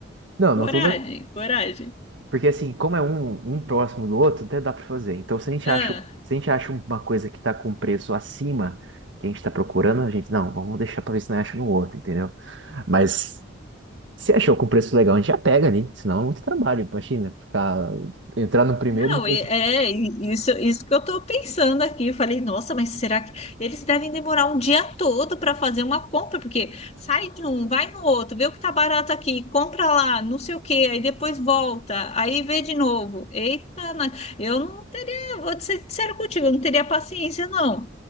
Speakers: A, on the right (about 65°); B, on the left (about 35°).
A: Não,
B: Coragem,
A: não toda.
B: coragem.
A: Porque assim, como é um, um próximo do outro, até dá para fazer. Então, se a gente
B: Ah,
A: acha, se a gente acha uma coisa que está com preço acima que a gente está procurando, a gente, não, vamos deixar para ver se não acha no outro, entendeu? Mas se achou com preço legal, a gente já pega ali, senão é muito trabalho, imagina, ficar, entrar no primeiro
B: não,
A: e depois.
B: e- é e- isso, isso que eu tô pensando aqui. Eu falei, nossa, mas será que eles devem demorar um dia todo para fazer uma compra? Porque sai de um, vai no outro, vê o que tá barato aqui, compra lá, não sei o quê, aí depois volta, aí vê de novo. Eita, nós- eu não teria, vou ser sincero contigo, eu não teria paciência, não.